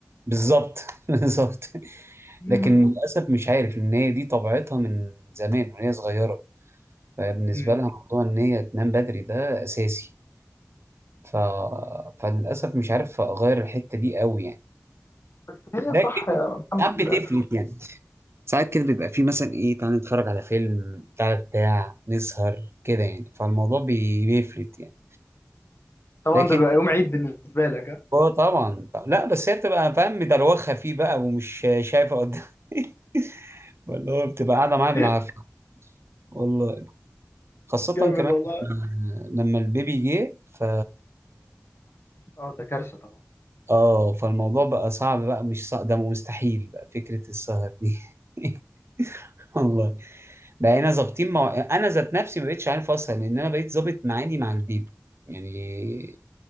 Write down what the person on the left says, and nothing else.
<laughs>
مم.
بس هي
صح يا محمد
للاسف
طبعا
ده بقى يوم عيد بالنسبة لك ها
<laughs>
جامد
والله
اه ده كارثة طبعا